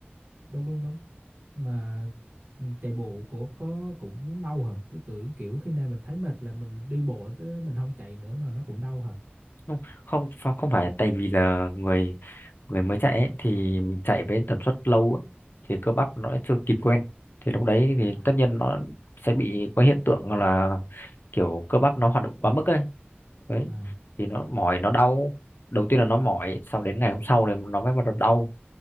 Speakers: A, on the right (about 50°); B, on the left (about 60°).
A: đúng đúng đúng mà ừ, chạy bộ của có cũng đau hả tôi tưởng kiểu khi nào mình thấy mệt là mình đi bộ chứ mình không chạy nữa mà nó cũng đau hả
B: không không ph- không phải tại vì là người người mới chạy ấy, thì mình chạy với tần suất lâu ấy, thì cơ bắp nó chưa kịp quen thì lúc đấy thì
A: à
B: tất nhiên nó sẽ bị có hiện tượng là kiểu cơ bắp nó hoạt động
A: mỏi
B: quá mức ấy đấy
A: à
B: thì nó mỏi nó đau đầu tiên là nó mỏi sau đến ngày hôm sau thì nó mới bắt đầu đau